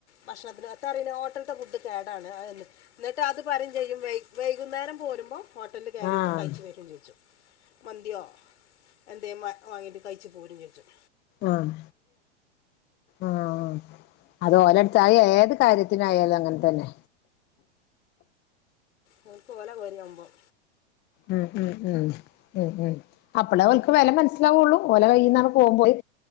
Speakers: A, on the left; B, on the left.
A: ഭക്ഷണത്തിന് എത്ര അറിണ് ഹോട്ടൽത്തെ ഫുഡ് കേടാണ്ന്ന് അതെന്നെ എന്നിട്ട് അത് പറയും ചെയ്യും വൈ വൈകുന്നേരം പോരുമ്പോ ഹോട്ടലിൽ കയറിയിട്ട്
B: ആഹ്
A: കഴിച്ചു വരും ചെയ്യും മന്തിയോ എന്തേം വ വാങ്ങിയിട്ട് കഴിച്ച് പോരും ചെജ്ജും
B: ആഹ് ആഹ് ആഹ് അത് ഓനടുത്തായി ഏത് കാര്യത്തിനായാലും അങ്ങനെ തന്നെ
A: നക്ക് പോലെ പോരുമ്പോം
B: ഉം ഉം ഉം ഉം ഉം അപ്പളെ അവൾക്ക് വില മനസ്സിലാവുള്ളൂ ഓല കൈയിൽന്നാണ് പോകുംപോയി